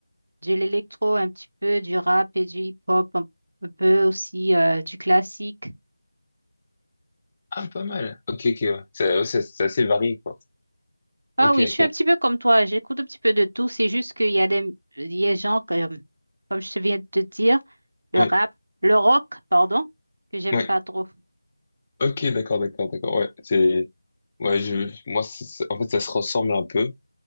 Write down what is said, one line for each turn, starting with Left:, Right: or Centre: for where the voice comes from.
Right: de l'électro un petit peu, du rap et du hip-hop, un, un peu aussi euh, du classique.
Left: Ah, pas mal. Ok, ok, ouais. C'est ouais, c'est- c'est assez varié, quoi.
Right: Ah
Left: Ok,
Right: oui, je
Left: ok.
Right: suis un petit peu comme toi, j'écoute un petit peu de tout, c'est juste qu'il y a des, il y a des gens comme, comme je viens de te dire, le
Left: Ouais,
Right: rap, le rock, pardon, que j'aime
Left: ouais.
Right: pas trop.
Left: Ok, d'accord, d'accord, d'accord. Ouais, c'est Ouais, je, moi, c'est- c'est- en fait, ça se ressemble un peu.